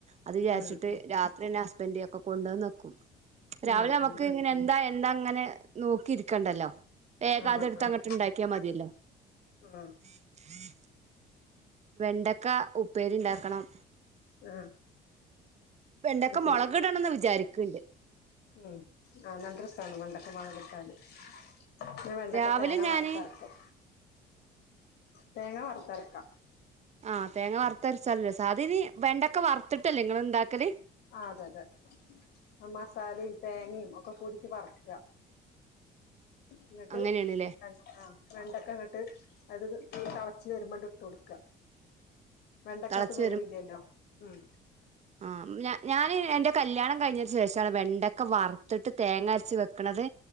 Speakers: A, on the right; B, on the left.
A: അത് വിചാരിച്ചിട്ട്
B: ഉം ഉം
A: രാത്രിയെന്നെ ഹസ്ബന്റ് ഒക്കെ കൊണ്ടെന്നെക്കും രാവിലെ
B: ഉം
A: നമുക്ക്
B: ഉം
A: ഇങ്ങനെ എന്താ ഏ ന്നാങ്ങനെ നോക്കിയിരിക്കണ്ടല്ലോ വേഗ
B: ആഹ്
A: അതെട്ത്ത്
B: ആഹ്
A: അങ്ങട്ട് ഇണ്ടാക്കിയാ മതിയല്ലോ?
B: ആഹ്
A: <unintelligible> വെണ്ടക്ക ഉപ്പേരി ഇണ്ടാക്കണം.
B: ആഹ്
A: വെണ്ടക്ക
B: അത് ശരി
A: മൊളക് ഇടണംന്ന് വിചാരിക്ക്ണ്ട്.
B: ഉം ആഹ് നല്ല രസാണ് വെണ്ടക്ക മൊളക് ട്ടാല്. പിന്നെ വെണ്ടക്കെ
A: രാവിലെ
B: തേങ്ങ
A: ഞാന്
B: വറ്ത്തരക്കും തേങ്ങ വറ്ത്തരക്കാ.
A: ആഹ് തേങ്ങ വറുത്തരച്ചാലും രസാ അതിന് വെണ്ടക്ക വറുത്തിട്ടല്ലേ നിങ്ങൾ ഇണ്ടാക്കല്?
B: ആഹ് അതെ അതെ. ആ മസാലിം തേങ്ങയും ഒക്കെ കൂട്ടീട്ട് വറ്ക്ക. ഇന്ന്ട്ട്
A: അങ്ങനെയാണല്ലേ
B: അത് ആഹ് വെണ്ടക്കങ്ങട്ട് അത് തളച്ച് വരുമ്പണ്ട് ഇട്ടൊട്ക്ക. വെണ്ടക്കെക്
A: തിളച്ചു
B: വേവില്ലല്ലോ ഉം
A: ആഹ് ഞ ഞാന് എന്റെ കല്യാണം കഴിഞ്ഞതിന് ശേഷാണ് വെണ്ടക്ക വറുത്തിട്ട് തേങ്ങ അരച്ച് വെക്ക്ണത്.